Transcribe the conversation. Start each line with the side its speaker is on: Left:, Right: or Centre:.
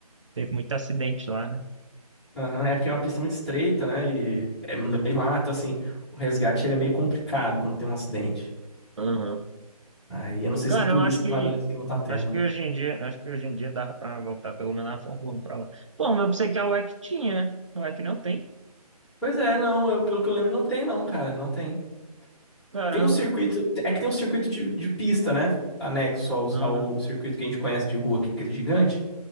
Right: teve muito acidente lá, né?
Centre: Aham, é porque é uma pista muito estreita, né? E no meio mata, assim. O resgate ele é meio complicado quando tem um acidente.
Right: Aham.
Centre: Aí eu não sei
Right: Cara,
Centre: se é por
Right: eu acho
Centre: isso que
Right: que
Centre: parece que não tá tendo.
Right: acho que hoje em dia, acho que hoje em dia dava pra voltar pelo menos na Fórmula 1 pra lá. Pô, mas eu pensei que a UEC tinha, né? A UEC não tem.
Centre: Pois é, não, eu- pelo que eu lembro, não tem, não, cara, não tem.
Right: Caramba.
Centre: Tem um circuito, é que tem um circuito de, de pista, né? Anexo ao,
Right: Aham.
Centre: ao circuito que a gente conhece de rua, que é aquele gigante.